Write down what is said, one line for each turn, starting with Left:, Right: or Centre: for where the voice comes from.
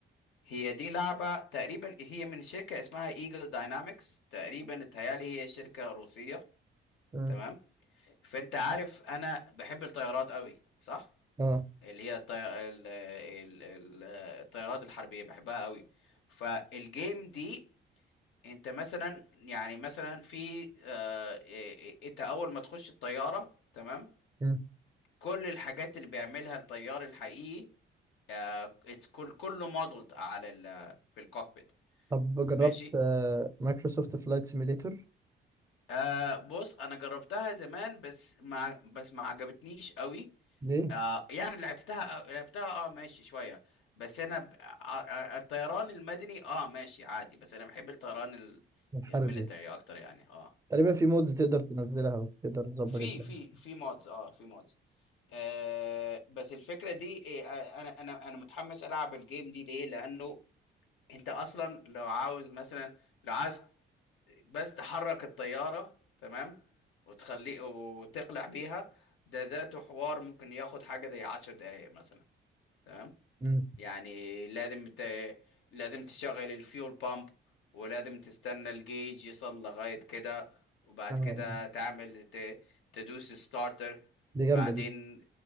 Left: هي دي لعبة تقريبا هي من شركة اسمها ايجل داينامكس تقريبا اتهيالي هي شركة روسية
Right: مم.
Left: تمام فانت عارف انا بحب الطيارات قوي صح
Right: أه
Left: اللي هي الطي... ال... ال... ال- الطيارات الحربية بحبها قوي فالجيم دي انت مثلا يعني مثلا في آه، إيه- إيه- انت اول ما تخش الطيارة تمام
Right: مم.
Left: كل الحاجات اللي بيعملها الطيار الحقيقي آه، ات- كل كله مودلد على ال... في الكوكبيت
Right: طب جربت
Left: ماشي
Right: آه، مايكروسوفت فلايت سيميليتور
Left: آه بص انا جربتها زمان بس ما بس ما عجبتنيش قوي
Right: ليه؟
Left: آه يعني لعبتها لعبتها اه ماشي شويه بس انا ب... آه آه، الطيران المدني اه ماشي عادي بس انا بحب الطيران ال...
Right: الحرب
Left: الميليتري
Right: دي
Left: اكتر يعني اه
Right: تقريبا في مودز تقدر تنزلها وتقدر تظبط
Left: ففي
Right: الدنيا
Left: في في مودز اه في مودز آه بس الفكره دي إيه آه، انا انا انا متحمس العب الجيم دي ليه لانه انت اصلا لو عاوز مثلا لو عايز بس تحرك الطيارة تمام وتخليه وتقلع بيها ده ذاته حوار ممكن ياخد حاجة زي عشر دقايق مثلا تمام
Right: امم
Left: يعني لازم ت... لازم تشغل الفيول بامب ولازم تستنى الجيج يصل لغاية كده وبعد
Right: اه آه.
Left: كده تعمل ت... تدوس ستارتر
Right: دي
Left: بعدين
Right: جامدة دي